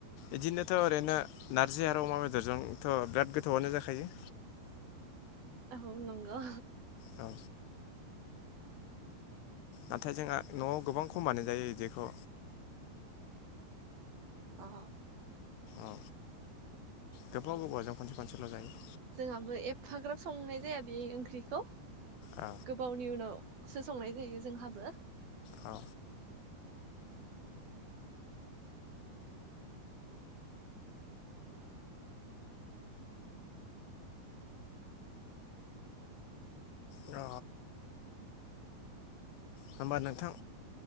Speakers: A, on the left; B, on the right.
A: इदिनोथ' ओरैनो नारजि आरो अमा बेदरजोंथ' बिराद गोथौआनो जाखायो।
B: औ नंगौ
A: औ नाथाय जोंहा न'आव गोबां खमानो जायो इदिखौ
B: अ
A: औ गोबाव गोबावजों खनसे खनसेल' जायो।
B: जोंहाबो एफाग्राब संनाय जाया बे ओंख्रिखौ।
A: औ
B: गोबावनि उनाव सो संनाय जायो जोंहाबो।
A: औ अ होमबा नोंथां